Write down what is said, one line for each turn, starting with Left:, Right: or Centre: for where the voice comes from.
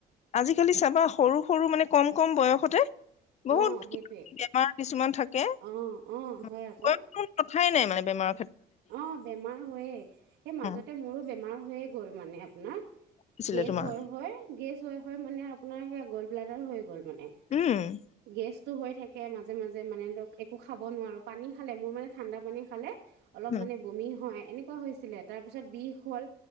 Left: আজিকালি চাবা, সৰু-সৰু মানে কম-কম বয়সতে।
Right: অ',
Left: বহুত
Right: সেইটোৱে
Left: বেমাৰ কিছুমান থাকে।
Right: অ', অ',
Left: <unintelligible>
Right: হয় আকৌ
Left: কথাই নাই মানে। বেমাৰ
Right: অ বেমাৰ হয়ে সেই মাজতে
Left: উম,
Right: মোৰো বেমাৰ। হৈয়ে গ'ল মানে আপোনাৰ।
Left: আছিলে
Right: গেছ
Left: তোমাৰ
Right: হয় হয় গেছ। হয় মানে আপোনাৰ সেই আগল। ব্লডাৰ হৈ গ'ল মানে।
Left: উম
Right: গেছ হৈ থাকে মাজে মাজে মানে ধৰক একো খাব নোৱাৰো পানী খালে মোৰ মানে ঠাণ্ডা পানী খালে অলপ
Left: উম,
Right: মানে বমি হয় এনেকুৱা হৈছিলে তাৰপিছত বিষ হ'ল